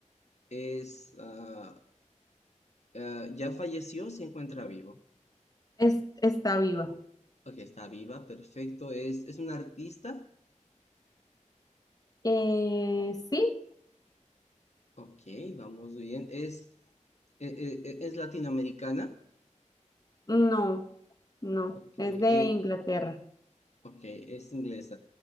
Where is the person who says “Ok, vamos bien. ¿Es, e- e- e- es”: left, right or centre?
Left